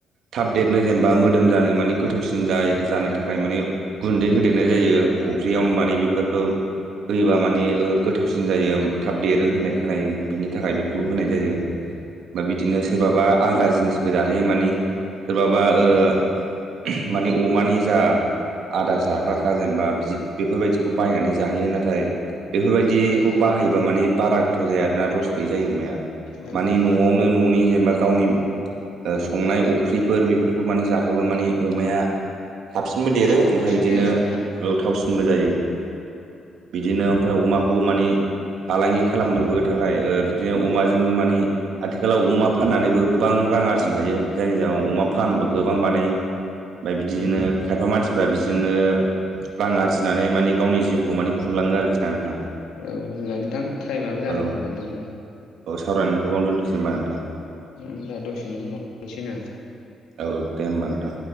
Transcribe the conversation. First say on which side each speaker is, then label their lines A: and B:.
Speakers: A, on the right (about 70°); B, on the left (about 85°).
A: थाब देरनो जेनेबा मोदोम जानो मानि गोथावसिन <unintelligible> जानो थाखाय मानि। गुन्दै होदेरनाय जायो अफ्रियाव मानि बेफोर। औ होयोबा माने ओ गोथावसिन जायो थाब देरो होननाय खोनायो बिनि थाखाय बे बेफोरखौ होनाय जायो बा बिदिनो सोरबाबा
B: उम
A: आलदा जिनिस। जाहोयो मानि सोरबाबा ओ मानि अमानि जा। आदार जाग्राखा जेनेबा बिदि बेफोरबायदिखौ बायनानै जाहोयो नाथाय। बेफोरबायदिखौ
B: उम
A: बाहाय माने बारा गोथाव जाया आरोना रस गैयि जायो अमाया
B: औ
A: मानि न'आवनो
B: औ
A: न'नि जेनेबा गावनि संनाय अफ्रिफोर बेफोरखौ माने जाहोबा माने अमाया। थाबसिनबो देरो
B: एसे
A: ओमफाय
B: थावसिन
A: बिदिनो
B: जायो आरोना
A: गोथावसिनबो जायो। बिदिनो ओमफाय अमाखौ मानि। फालांगि खालामनोबो थाखाय ओ बिदिनो अमाजोंबो मानि आथिखालाव अमा फाननानैबो। गोबां रां आरजिनो हायो जायनि जाहोनाव अमा फार्म गोबां बानायो ओमफफ्राय बिदिनो
B: उम
A: खायफा मानसिफोर <unintelligible> बेजोंनो रां आरजिनानै माने गावनि जिउखौ माने खुंलाङो आरोखि ना नोंथां।
B: औ नोंथां टाइमाबबो जानानै
A: औ
B: फैबायनोदां जोंहा।
A: औ सावरायखौ सावनो दोनथसै होनबा नोंथां।
B: नों दा दसेनि उनावनोसैनो?
A: औ दे होमबा नोंथां।